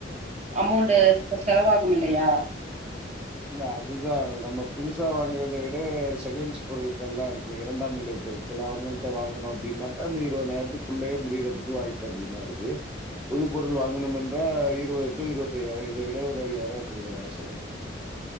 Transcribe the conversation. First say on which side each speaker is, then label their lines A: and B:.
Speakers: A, on the right (about 35°); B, in the centre.
A: அமௌண்ட் செலவாகும் இல்லயா
B: இல்ல அதுதா நம்ம புதுசா வாங்குறத விட செகண்ட்ஸ் பொருட்கள் எல்லா இருக்கு இரண்டாம் நிலை பொருட்கள் அவங்கள்ட வாங்குணோ அப்டின்னாக்கா அந்த இருபதாயிரத்துக்குள்ளயே முடியறதுக்கு வாய்ப்பு அதிகமா இருக்கு புது பொருள் வாங்கணும் என்றால் இருபது டு இருபத்த ஐயாயிரம் இத விட ஒரு ஐயாயிரம் கூடுதலன செலவு